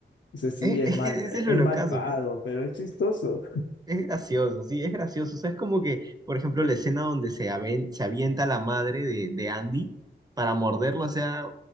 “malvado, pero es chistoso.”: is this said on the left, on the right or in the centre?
Left